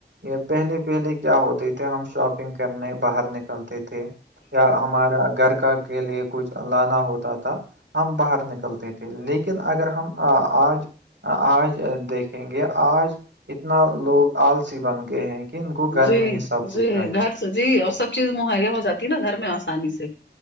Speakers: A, on the right; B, on the left.
A: یہ پہلے پہلے کیا ہوتے تھے ہم شاپنگ کرنے باہر نکلتے تھے یا ہمارا گھر کا کے لیے کچھ لانا ہوتا تھا ہم باہر نکلتے تھے لیکن اگر ہم آج آج دیکھیں گے آج اتنا لوگ آلسی بن گئے ہیں کہ ان کو گھر
B: جی
A: میں ہی سب کچھ
B: جی
A: چاہیے
B: گھر جی اور سب چیز مہیا ہو جات ہے نا گھر میں آسانی سے